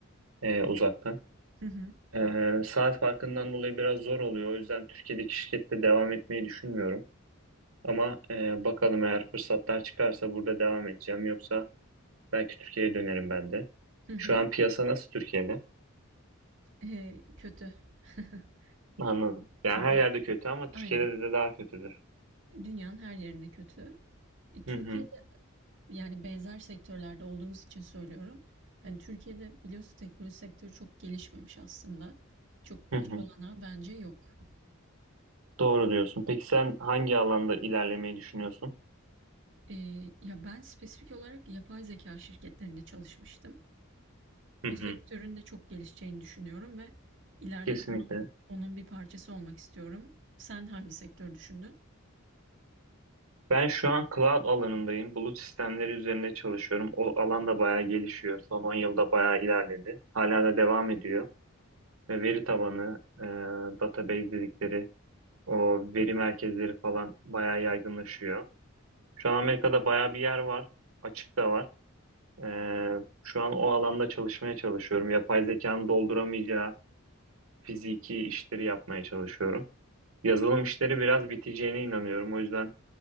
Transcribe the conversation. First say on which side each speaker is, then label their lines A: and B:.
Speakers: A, on the right (about 85°); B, on the right (about 60°).
A: ee, uzaktan.
B: Hı hı.
A: Ee, saat farkından dolayı biraz zor oluyor. O yüzden Türkiye'deki şirkette devam etmeyi düşünmüyorum. Ama e, bakalım eğer fırsatlar çıkarsa burada devam edeceğim. Yoksa belki Türkiye'ye dönerim ben de.
B: Hı hı.
A: Şu an piyasa nasıl Türkiye'de?
B: Eee, kötü. <laughs>
A: Anladım. Yani
B: Dü-
A: her yerde kötü ama
B: Aynen.
A: Türkiye'de de daha kötüdür.
B: Dünyanın her yerinde kötü. E, Türkiye'de
A: Hı hı.
B: yani benzer sektörlerde olduğumuz için söylüyorum. Yani Türkiye'de biliyorsun teknoloji sektörü çok gelişmemiş aslında. Çok
A: Hı hı.
B: iş olanağı bence yok.
A: Doğru diyorsun. Peki sen hangi alanda ilerlemeyi düşünüyorsun?
B: Eee, ya ben spesifik olarak yapay zeka şirketlerinde çalışmıştım.
A: Hı
B: O
A: hı.
B: sektörün de çok gelişeceğini düşünüyorum ve ileride
A: Kesinlikle.
B: de onun, onun bir parçası olmak istiyorum. Sen hangi sektör düşündün?
A: Ben şu an cloud alanındayım. Bulut sistemleri üzerinde çalışıyorum. O alan da bayağı gelişiyor. Son 10 yılda bayağı ilerledi. Hala da devam ediyor. Ve veri tabanı, e, database dedikleri o veri merkezleri falan bayağı yaygınlaşıyor. Şu an Amerika'da bayağı bir yer var. Açık da var. E, şu an o alanda çalışmaya çalışıyorum. Yapay zekanın dolduramayacağı fiziki işleri yapmaya çalışıyorum. Yazılım işleri biraz biteceğine inanıyorum. O yüzden